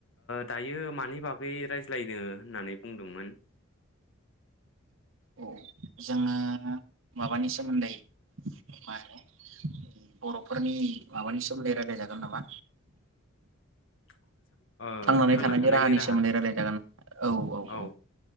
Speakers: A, on the left; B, on the right.
A: दायो मानि बागै रायज्लायनो होननानै बुंदोंमोन।
B: औ जोङो माबानि सोमोन्दै मा होनो बर'फोरनि माबानि सोमोन्दै रायलायजागोन नामा।
A: <inaudible>
B: थांनानै
A: थांना
B: थानायनि राहानि
A: राहा
B: सोमोन्दै रायलाय जागोन औ-औ-औ
A: औ